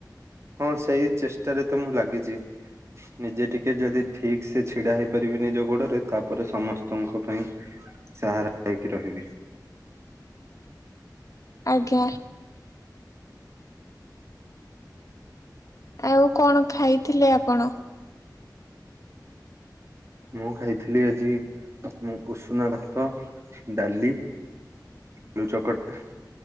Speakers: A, on the right; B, on the left.
A: ହଁ, ସେଇ ଚେଷ୍ଟାରେ ତ ମୁଁ ଲାଗିଛି ନିଜେ ଟିକେ ଯଦି ଠିକ୍ ସେ ଛିଡା ହେଇପାରିବି ନିଜ ଗୋଡରେ ତାପରେ ସମସ୍ତଙ୍କ ପାଇଁ ସାହାରା ହେଇକି ରହିବି।
B: ଆଜ୍ଞା। ଆଉ କଣ ଖାଇଥିଲେ ଆପଣ?
A: ମୁଁ ଖାଇଥିଲି ଆଜି ଉଁ ଉଷୁନା ଭାତ ଡାଲି ଆଳୁଚକଟା